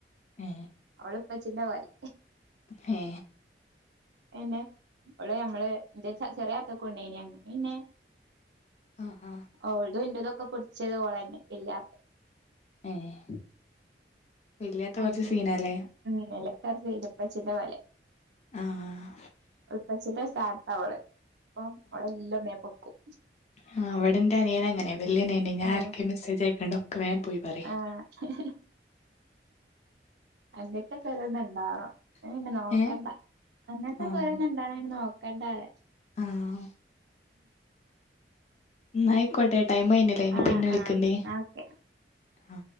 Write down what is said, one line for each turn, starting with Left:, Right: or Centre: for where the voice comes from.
Left: ഹേ
Right: ഓള് പ്പച്ചിന്റെ മായ്രി
Left: ഹേ
Right: പിന്നെ ഓള് നമ്മള് ന്റെ ചെ ചെറിയാതാത്താക്കൊക്കെണ്ടേയ്നി അങ്ങനെ പിന്നെ
Left: ആഹ് ആഹ്
Right: ഓൾതും ഇന്റതും ഒക്കെ പിടിച്ചത് ഓളെന്നെ വല്ല്യാത്തന്നെ
Left: ഏഹ് വല്ല്യാത്ത
Right: അങ്ങനെ
Left: കൊർച്ച് സീനാല്ലേ?
Right: ഉം വല്ല്യാത്ത കൊർച്ച് സീനാ ഇപ്പച്ചിന്റെപോലെ.
Left: ആഹ്
Right: ഇപ്പച്ചിന്റെ സ്ഥാനത്താ ഓള്. അപ്പം അവളെല്ലം മേ പൊക്കും.
Left: ആഹ് ഇവിടന്റനിയന് അങ്ങനെ. വല്ല്യനിയന്. ഞാ
Right: ആഹ്
Left: ആർക്കെ മെസ്സേജ് അയക്ക്ണ്ടോ ഒക്കെ വേ പോയി പറിം.
Right: ആഹ് ഹും ഹും. അങ്ങൻത്തൊക്കെ ഒരണ്ണം ണ്ടാവണം. ന്നാ പിന്നെ നോക്കണ്ട.
Left: ഏഹ്
Right: അങ്ങൻത്തെ
Left: ആഹ്
Right: ഒരോന്ന്ണ്ടായാപിന്നെ നോക്കണ്ട റിയ.
Left: ആഹ് ന്നായിക്കോട്ടെ. ടൈമ് കയ്ഞ്ഞിലേ. ഇനി
Right: ആഹ്
Left: പിന്നെ വിളിക്കണ്ട്.
Right: ആഹ് ഓക്കെ
Left: ആ